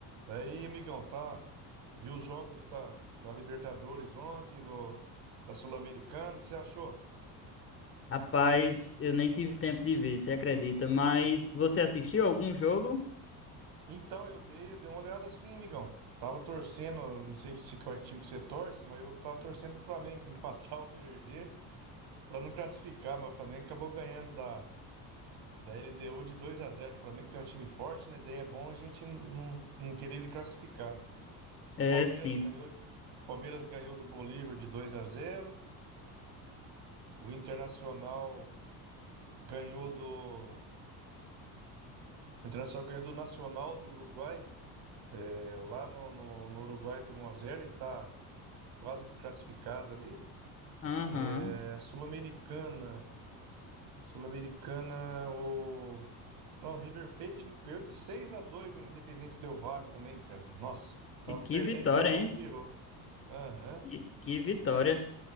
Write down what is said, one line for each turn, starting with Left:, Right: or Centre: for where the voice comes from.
Right: Daí, amigão, tá? Viu os jogos da, da Libertadores ontem, do, da Sul-Americana, o que você achou?
Left: Rapaz, eu nem tive tempo de ver, você acredita? Mas você assistiu algum jogo?
Right: Então, eu dei, eu dei uma olhada assim, amigão. Tava torcendo, não sei se qual time que você torce, mas eu tava torcendo pro Flamengo <laughs> empatar ou perder, pra não classificar, mas o Flamengo acabou ganhando da, da LDU de dois a zero que o Flamengo tem um time forte, né? Daí é bom a gente não, não querer ele classificado.
Left: É,
Right: Palmeiras
Left: sim.
Right: ganhou, Palmeiras ganhou do Bolívar de dois a zero O Internacional Ganhou do. O Internacional ganhou do Nacional do Uruguai, é, lá no, no, no Uruguai por 1 a 0 e tá quase que classificado ali.
Left: Aham.
Right: É, a Sul-Americana. Sul-Americana, o. Não, o River Plate ganhou de seis a dois do Independente Del Valle também, cara. Nossa, tava
Left: E que
Right: perdendo
Left: vitória,
Right: de dois
Left: hein?
Right: a um virou. Aham.
Left: Que, que vitória.
Right: É,